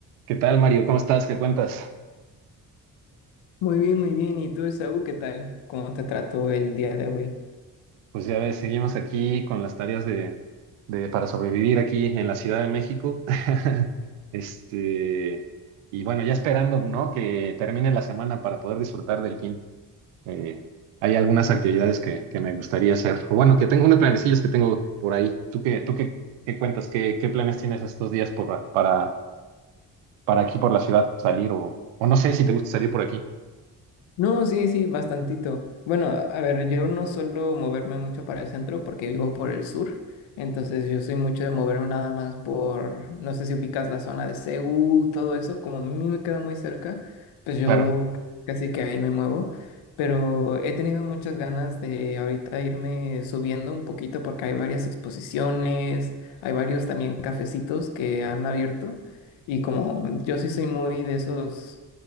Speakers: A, on the right; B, on the left.
A: ¿Qué tal, Mario? ¿Cómo estás? ¿Qué cuentas?
B: Muy bien, muy bien. ¿Y tú, Esaú, qué tal? ¿Cómo te trató el día de hoy?
A: Pues ya ves, seguimos aquí con las tareas de, de- para sobrevivir aquí en la Ciudad de México. <laughs> Este, y bueno, ya esperando, ¿no? Que termine la semana para poder disfrutar del fin. Eh, hay algunas actividades que, que me gustaría hacer. O bueno, que tengo unos planecillos que tengo por ahí. ¿Tú qué, tú qué, qué cuentas? ¿Qué, qué planes tienes estos días por, para, para aquí por la ciudad salir o, o no sé si te gusta salir por aquí?
B: No, sí, sí, bastantito. Bueno, a ver, yo no suelo moverme mucho para el centro porque vivo por el sur, entonces yo soy mucho de moverme nada más por, no sé si ubicas la zona de Ceú, todo eso, como a mí me queda muy cerca, pues yo
A: Claro.
B: casi que ahí me muevo, pero he tenido muchas ganas de ahorita irme subiendo un poquito porque hay varias exposiciones, hay varios también cafecitos que han abierto y como yo sí soy muy de esos